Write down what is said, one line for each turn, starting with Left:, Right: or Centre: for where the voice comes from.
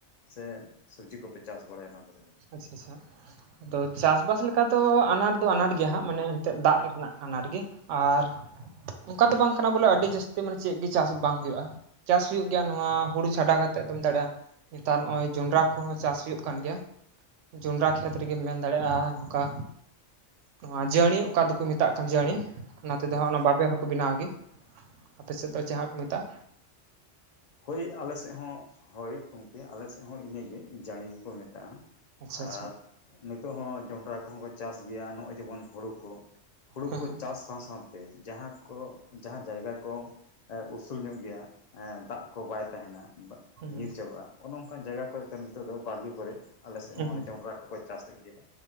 Left: ᱥᱮ ᱥᱚᱵᱡᱤ ᱠᱚᱯᱮ ᱪᱟᱥ ᱵᱟᱲᱟᱭᱟ ᱚᱱᱟ ᱠᱚᱨᱮ ᱫᱚ
Right: ᱟᱪᱪᱷᱟ ᱟᱪᱪᱷᱟ ᱟᱫᱚ ᱪᱟᱥᱵᱟᱥ ᱞᱮᱠᱟ ᱫᱚ ᱟᱱᱟᱴ ᱫᱚ ᱟᱱᱟᱴ ᱜᱮᱭᱟ ᱦᱟᱸᱜ ᱢᱟᱱᱮ ᱮᱱᱛᱮᱜ ᱫᱟᱜ ᱨᱮᱱᱟᱜ ᱟᱱᱟᱴ ᱜᱮ ᱟᱨ ᱚᱱᱠᱟ ᱫᱚ ᱵᱟᱝ ᱠᱟᱱᱟ ᱵᱚᱞᱮ ᱟᱹᱰᱤ ᱡᱟᱹᱥᱛᱤ ᱢᱟᱱᱮ ᱪᱮᱫ ᱜᱮ ᱪᱟᱥ ᱵᱟᱝ ᱦᱩᱭᱩᱜᱼᱟ ᱪᱟᱥ ᱦᱩᱭᱩᱜ ᱜᱮᱭᱟ ᱱᱚᱣᱟ ᱦᱩᱲᱩ ᱪᱷᱟᱰᱟ ᱠᱟᱛᱮᱜ ᱫᱚᱢ ᱫᱟᱲᱮᱭᱟᱜᱼᱟ ᱱᱮᱛᱟᱨ ᱱᱚᱜᱼᱚᱭ ᱡᱚᱸᱰᱨᱟ ᱠᱚᱦᱚᱸ ᱪᱟᱥ ᱦᱩᱭᱩᱜ ᱠᱟᱱ ᱜᱮᱭᱟ ᱡᱚᱸᱰᱨᱟ ᱠᱷᱮᱛ ᱨᱮᱜᱮᱢ ᱢᱮᱱ ᱫᱟᱲᱮᱭᱟᱜᱼᱟ ᱱᱚᱝᱠᱟ ᱱᱚᱣᱟ ᱡᱟᱹᱲᱤ ᱚᱠᱟ ᱫᱚᱠᱚ ᱢᱮᱛᱟᱜ ᱠᱟᱱ ᱡᱟᱹᱲᱤ ᱚᱱᱟ ᱛᱮᱫᱚ
Left: ᱦᱮᱸ
Right: ᱦᱟᱸᱜ ᱚᱱᱟ ᱵᱟᱵᱮᱨ ᱦᱚᱸᱠᱚ ᱵᱮᱱᱟᱣ ᱜᱮ ᱟᱯᱮ ᱥᱮᱫ ᱫᱚ ᱪᱮᱫ ᱦᱟᱸᱜ ᱠᱚ ᱢᱮᱛᱟᱜ
Left: ᱦᱳᱭ ᱟᱞᱮ ᱥᱮᱫ ᱦᱚᱸ ᱦᱳᱭ ᱜᱚᱝᱠᱮ ᱟᱞᱮ ᱥᱮᱫ ᱦᱚᱸ ᱤᱱᱟᱹᱜᱮ ᱡᱟᱹᱲᱤ ᱜᱮᱠᱚ ᱢᱮᱛᱟᱜᱼᱟ
Right: ᱟᱪᱪᱷᱟ ᱟᱪᱪᱷᱟ
Left: ᱟᱨ ᱱᱤᱛᱚᱜ ᱦᱚᱸ ᱡᱚᱱᱰᱨᱟ ᱠᱚᱦᱚᱸ ᱠᱚ ᱪᱟᱥ ᱜᱮᱭᱟ ᱱᱚᱜᱼᱚᱭ ᱡᱮᱢᱚᱱ ᱦᱩᱲᱩ ᱠᱚ ᱦᱩᱲᱩ
Right: ᱦᱮᱸ
Left: ᱠᱚ ᱪᱟᱥ ᱥᱟᱶ ᱥᱟᱶ ᱛᱮ ᱡᱟᱦᱟᱸ ᱠᱚ ᱡᱟᱦᱟᱸ ᱡᱟᱭᱜᱟ ᱠᱚ ᱩᱥᱩᱞ ᱧᱚᱜ ᱜᱮᱭᱟ ᱮ ᱫᱟᱜ ᱠᱚ ᱵᱟᱭ ᱛᱟᱦᱮᱱᱟ
Right: ᱦᱮᱸ
Left: ᱧᱤᱨ ᱪᱟᱵᱟᱜᱼᱟ ᱚᱱᱮ ᱚᱱᱠ ᱡᱟᱭᱜᱟ ᱠᱚᱨᱮ ᱫᱚ ᱱᱤᱛᱚᱜ ᱫᱚ ᱵᱟᱲᱜᱮ ᱠᱚᱨᱮ ᱟᱞᱮ ᱥᱮᱫ
Right: ᱦᱮᱸ
Left: ᱦᱚᱸ
Right: ᱦᱮᱸ
Left: ᱡᱚᱱᱰᱨᱟ ᱠᱚᱠᱚ ᱪᱟᱥᱮᱫ ᱜᱮᱭᱟ᱾